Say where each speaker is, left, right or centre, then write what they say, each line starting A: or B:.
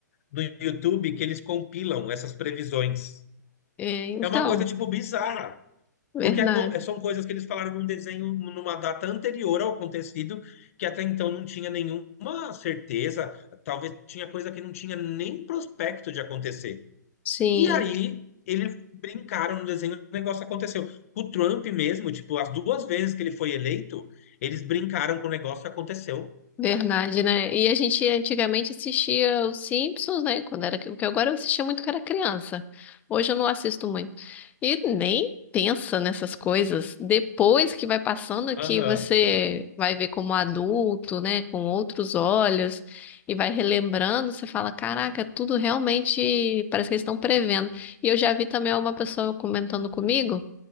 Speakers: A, on the left (about 50°); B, on the left (about 15°).
A: no YouTube que eles compilam essas previsões.
B: é, então,
A: É uma coisa tipo bizarra.
B: verdade.
A: Porque é co- eh, são coisas que eles falaram num desenho, numa data anterior ao acontecido, que até então não tinha nenhuma certeza, talvez tinha coisa que não tinha nem prospecto de acontecer.
B: Sim.
A: E aí eles brincaram no desenho, o negócio aconteceu. O Trump mesmo, tipo, as duas vezes que ele foi eleito, eles brincaram com o negócio e aconteceu.
B: Verdade, né? E a gente antigamente assistia os Simpsons, né? Quando era, o que agora eu assistia muito quando era criança. Hoje eu não assisto muito. E nem pensa nessas coisas. Depois que vai passando, que
A: Aham,
B: você vai ver como adulto, né? Com outros olhos e vai relembrando, você fala, caraca, tudo realmente parece que eles estão prevendo. E eu já vi também uma pessoa comentando comigo